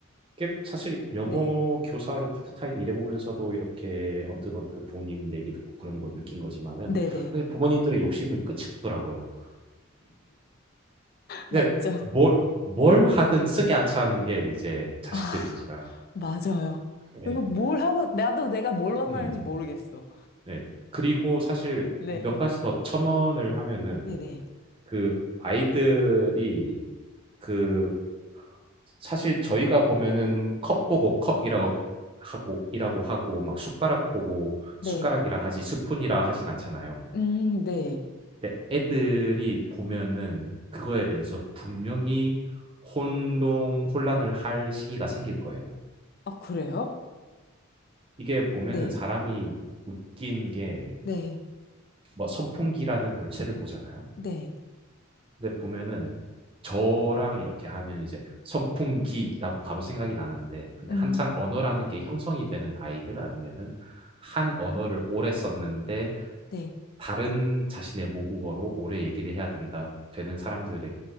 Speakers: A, on the right; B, on the left.
A: 이게 사실 영어
B: 네.
A: 교사로 파트타임 일해보면서도 이렇게 언뜻언뜻 부모님 얘기 듣고 그런 거 느낀 거지만은
B: 네네.
A: 사실 부모님들의 욕심은 끝이 없더라고요.
B: 맞죠.
A: 근데 뭘, 뭘
B: 네.
A: 하든 승이 안 차는 게 이제 자식들인지라.
B: 아, <laughs> 맞아요.
A: 예.
B: 이거 뭘 하고, 나도 내가 뭘 원하는지
A: 음.
B: 모르겠어.
A: 네. 그리고 사실
B: 네.
A: 몇 가지 더 첨언을 하면은
B: 네네.
A: 그 아이들이 그 사실 저희가 보면은 컵 보고 컵이라고 하고 이라고 하고 막 숟가락 보고
B: 네.
A: 숟가락이라 하지 스푼이라 하진 않잖아요.
B: 음, 네.
A: 근데 애들이 보면은 그거에 대해서 분명히 혼동 혼란을 할 시기가 생길 거예요.
B: 아, 그래요?
A: 이게 보면은
B: 네.
A: 사람이 웃긴 게
B: 네.
A: 뭐 선풍기라는 물체를 보잖아요.
B: 네.
A: 근데 보면은 저랑 이렇게 하면 이제 선풍기라고 바로 생각이 나는데 근데
B: 음,
A: 한창 언어라는 게 형성이 되는 아이들 아니면은 한 언어를 오래 썼는데
B: 네.
A: 다른 자신의 모국어로 오래 얘기를 해야 된다 되는 사람들의